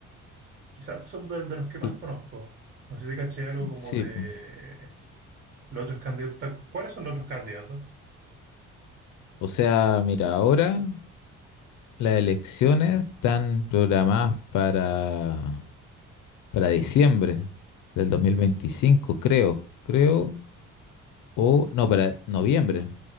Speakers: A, on the right (about 40°); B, on the left (about 80°).
A: quizás son de, de los que más
B: L-
A: conozco. No sé si caché algo como
B: Sí,
A: de
B: po.
A: los otros candidatos. tal- ¿Cuáles son los otros candidatos?
B: o sea, mira, ahora las elecciones están programadas para, para diciembre del 2025, creo, creo, o no, para noviembre.